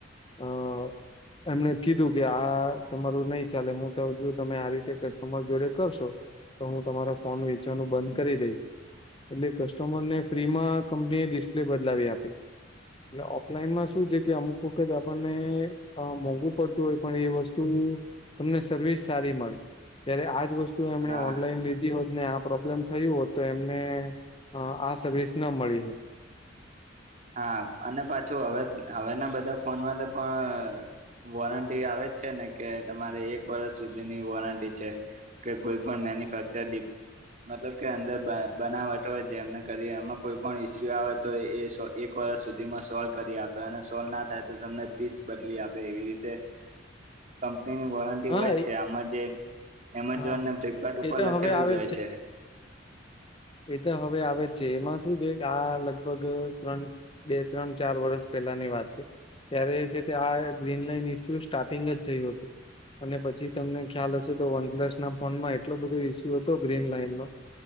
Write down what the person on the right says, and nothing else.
હા
હા અને પાછું હવે હવેના બધા ફોનમાં તો પણ વોરંટી આવે જ છે ને કે તમારે એક વર્ષ સુધીની વોરંટી છે કે કોઈ પણ મેન્યુફેક્ચર મતલબ કે અંદર બનાવટ હોય જેમને કરીએ એમાં કોઈ પણણ ઇસ્યુ આવે તો એ સો એક વર્ષ સુધીમાં સોલ્વ કરી આપે અને સોલ્વ ના થાય તો તમને પીસ બદલી આપે એવી રીતે કંપનીની વોરંટી
હોય જ
છે આમાં જે એમેઝોનને
ફ્લિપકાર્ટ ઉપર
લખેલું
જ હોય છે